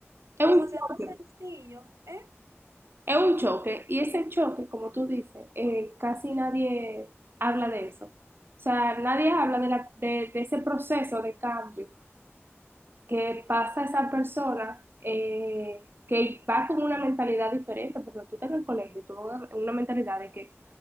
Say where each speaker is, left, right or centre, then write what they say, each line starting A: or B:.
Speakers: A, on the right (about 50°); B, on the right (about 85°).
A: Es
B: o
A: un
B: sea,
A: choque,
B: se ve sencillo, ¿eh?
A: es un choque. Y ese choque, como tú dices, eh, casi nadie habla de eso. O sea, nadie habla de, la- de, de ese proceso de cambio. que pasa esa persona eh, que va con una mentalidad diferente, porque tú estás en el colegio, y tú vas con una mentalidad de que,